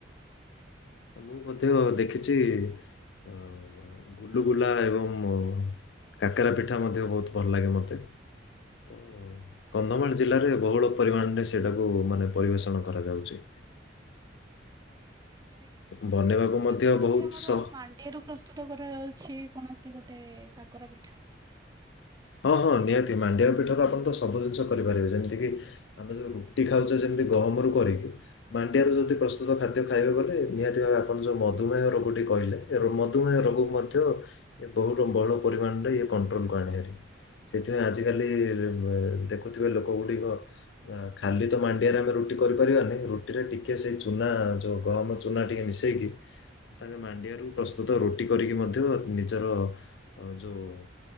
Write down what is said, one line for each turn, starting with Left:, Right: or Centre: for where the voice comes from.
Left: ଓ ମୁଁ ମଧ୍ୟ ଦେଖିଚି ଅ- ଗୁଲୁଗୁଲା ଏବଂ କାକେରା ପିଠା ମଧ୍ୟ ବହୁତ୍ ଭଲ ଲାଗେ ମତେ। ତ
Right: ଆଜ୍ଞା।
Left: କନ୍ଧମାଳ ଜିଲ୍ଲାରେ ବହୁଳ ପରିମାଣରେ ସେଇଟାକୁ ମାନେ ପରିବେଷଣ କରାଯାଉଚି।
Right: ଆଜ୍ଞା ଶୁଣେ
Left: ବନେଇବାକୁ
Right: ସେପଟେ
Left: ମଧ୍ୟ
Right: କଣ ଗୋଟେ
Left: ବହୁତ
Right: ଆମର
Left: ସ
Right: ମାଣ୍ଡ୍ ଣ୍ଡିଆ ରୁ ପ୍ରସ୍ତୁତ କରାଯାଉଛି କୌଣସି ଗୋଟେ କାକରା ପିଠା।
Left: ହଁ- ହଁ ନିହାତି ମାଣ୍ଡିଆ ପିଠାରେ ଆପଣ ତ ସବୁ ଜିନିଷ କରିପାରିବେ ଯେମିତି କିି ଆମେ ଯଉ ରୁଟି ଖାଉଚେ ଯେମିତି ଗହମରୁୁ କରିକି ମାଣ୍ଡିଆରୁ ଯଦି ପ୍ରସ୍ତୁତ ଖାଦ୍ୟ ଖାଇବେ ବଲେ ନିହାତି ଭାବେ ଆପଣ ଯଉ ମଧୁମେହ ରୋଗ ଟି କହିଲେ ର- ମଧୁମେହ ରୋଗକୁ ମଧ୍ୟ ଏ ବହୁତ ବଡ ପରିମାଣ ରେ ଇଏ କଣ୍ଟ୍ରୋଲ କୁ ଆଣେ ହାରି। ସେଥିପାଇଁ ଆଜିକାଲି ଦେଖୁଥିବ ଲୋକ ଗୁଡିକ ଅ- ଖାଲି ତ ମାଣ୍ଡିଆରେ ଆମେ ରୁଟି କରିପାରିବାନି ରୁଟିରେ ଟିକେ ସେଇ ଚୁନା ଯଉ ଗହମ ଚୁ ଚୁନା ଟିକେ ମିଶେଇକି ତାଙ୍କେ ମାଣ୍ଡିଆରୁ ପ୍ରସ୍ତୁତ ରୁଟି କରିକି ମଧ୍ୟ ନିଜର ଅ- ଯଉ